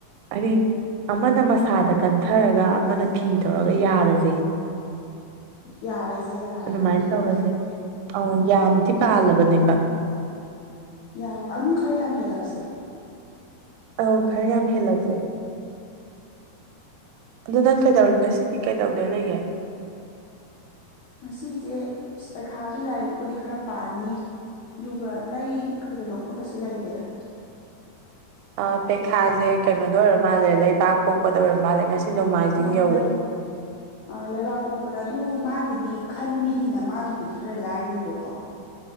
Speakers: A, on the right (about 85°); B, on the left (about 80°).
A: ꯍꯥꯏꯗꯤ ꯑꯃꯅ ꯃꯁꯥꯗ ꯀꯟꯊꯔꯒ ꯑꯃꯅ ꯐꯤ ꯇꯧꯔꯒ ꯌꯥꯔꯁꯦ
B: ꯌꯥꯔꯁꯦ ꯌꯥꯔꯁꯦ
A: ꯑꯗꯨꯃꯥꯏꯅ
B: ꯑꯗꯨꯗꯨꯒ
A: ꯇꯧꯔꯁꯦ ꯑꯧ ꯌꯥꯝꯗꯤ
B: ꯎꯝ
A: ꯄꯥꯜꯂꯕꯅꯦꯕ
B: ꯌꯥꯝ ꯑꯗꯨꯝ ꯈꯔ ꯌꯥꯝ ꯍꯦꯜꯂꯛꯁꯦ
A: ꯑꯧ ꯈꯔ ꯌꯥꯝ ꯍꯦꯜꯂꯁꯦ ꯑꯗꯣ ꯅꯪ ꯀꯩꯗꯧꯔꯤ ꯉꯁꯤꯗꯤ ꯀꯩꯗꯧꯗꯣꯏ ꯂꯩꯒꯦ
B: ꯉꯁꯤꯁꯦ ꯄꯩꯈꯥꯒꯤ ꯂꯥꯏꯔꯤꯛꯄꯨꯗꯤ ꯈꯔ ꯄꯥꯝꯅꯤ ꯑꯗꯨꯒꯇꯩ ꯈꯗꯣꯏꯗꯣꯛꯄ ꯀꯩꯁꯨ ꯂꯩꯇꯦꯗ
A: ꯑ ꯄꯩꯈꯥꯁꯦ ꯀꯩꯅꯣꯗ ꯑꯣꯏꯔ ꯃꯥꯜꯂꯦ ꯂꯩꯕꯥꯛ ꯄꯣꯛꯄꯗ ꯑꯣꯏꯔ ꯃꯥꯜꯂꯦ ꯉꯁꯤ ꯅꯣꯡꯃꯥꯏꯖꯤꯡ
B: ꯃꯅꯤ
A: ꯌꯧꯔꯦ
B: <unintelligible> ꯑ ꯂꯩꯕꯥꯛ ꯄꯣꯛꯄꯗ ꯑꯗꯨ ꯃꯥꯒꯤꯗꯤ ꯈꯟꯕꯤꯅꯤꯅ ꯃꯥꯒꯤꯕꯨꯗꯤ ꯈꯔ ꯂꯥꯏꯔꯤꯕꯀꯣ <inaudible>